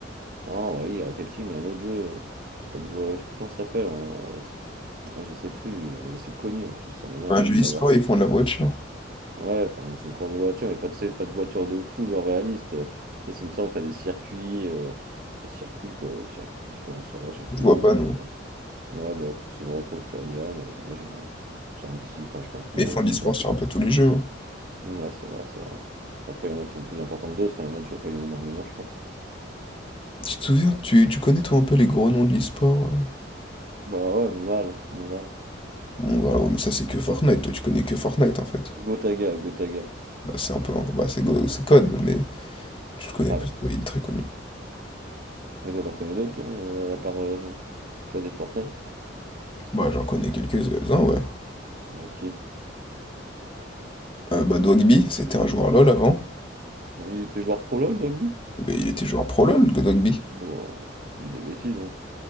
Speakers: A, on the right; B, on the left.
A: Ah, oui, il y a Rocket League, mais il y a un autre jeu, euh, pas de voiture, je sais plus comment ça s'appelle. hein, euh, c'est- ah, je sais plus, euh, c'est connu en plus, ça m'énerve
B: Un
A: de
B: jeu
A: plus savoir.
B: e-sport, ils font de la voiture.
A: Ouais, enfin, c'est une course de voiture, mais pas de, c'est pas de voiture de fou, genre réaliste. Euh, Ça, c'est une sorte où t'as des circuits, euh, des circuits, quoi, des circuits différents. C'est vrai, j'ai plus
B: Je vois
A: le nom,
B: pas,
A: ça
B: non.
A: m'énerve. Ouais, bah, quand- si je retrouve, je te redirai, mais là, j'ai un, j'ai un petit, enfin, je suis pas entraîneur,
B: Mais ils font
A: mais je
B: de
A: me
B: l'e-sport
A: rappelle plus.
B: sur
A: du-
B: un peu tous les jeux. hein.
A: Ouais, c'est vrai, c'est vrai. Après, il y en a qui sont plus importants que d'autres, et il y en a, tu vas pas gagner énormément, je pense.
B: Tu te souviens, tu, tu connais, toi, un peu les gros noms de l'e-sport? euh
A: Bah ouais, mon Graal, hein, mon Graal.
B: Bon, voilà, ouais, mais ça, c'est que Fortnite. Toi, tu connais que Fortnite, en fait.
A: Gotaga, Gotaga.
B: Bah, c'est un peu... un- Bah, c'est Go- c'est Code, mais tu le connais
A: Ah
B: parce
A: bah.
B: qu'il est très connu.
A: Mais toi, t'en connais d'autres, toi, euh, à part euh, Code et Fortnite?
B: Bah, j'en connais quelques-uns, ouais.
A: ok
B: Euh, bah, Dogby, c'était un joueur LoL avant.
A: Non, Il était joueur pro LoL, Dogby?
B: Mais il était joueur pro LoL, que Dogby.
A: Bon, je crois que tu dis des bêtises, hein.